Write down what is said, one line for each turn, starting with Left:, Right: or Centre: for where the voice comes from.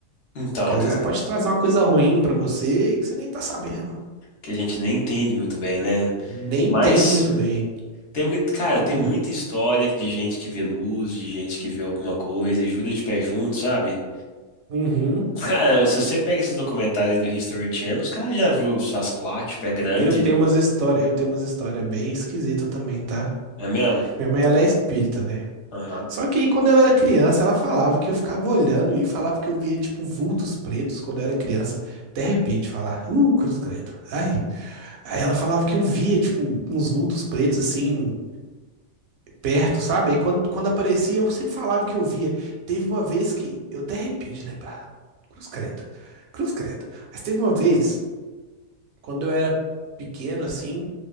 Left: Então,
Right: Porque às
Left: cara,
Right: vezes pode trazer uma coisa ruim pra você e que você nem tá sabendo.
Left: que a gente nem entende muito bem, né?
Right: Nem
Left: Mas
Right: entende muito bem.
Left: tem muito, cara, tem
Right: Hum.
Left: muita história de gente que vê luz, de gente que vê alguma coisa e jura de pé junto, sabe?
Right: Uhum.
Left: Cara, se você pega esses documentários do History Channel, os caras já viu o Sasquatch, pé grande,
Right: Eu tenho umas histórias, eu tenho umas histórias bem esquisitas também, tá?
Left: é mesmo?
Right: Minha mãe, ela é espírita, né?
Left: Aham.
Right: Só que aí, quando ela era criança, ela falava que eu ficava olhando e falava que eu via, tipo, vultos pretos quando eu era criança. Até arrepio de falar. Uh, cruz credo. Ai. Aí ela falava que eu via, tipo, uns vultos pretos, assim, perto, sabe? Aí quando, quando aparecia, eu sempre falava que eu via. Teve uma vez que... Eu até arrepio de lembrar. Cruz credo. Cruz credo. Mas teve uma vez, quando eu era pequeno, assim,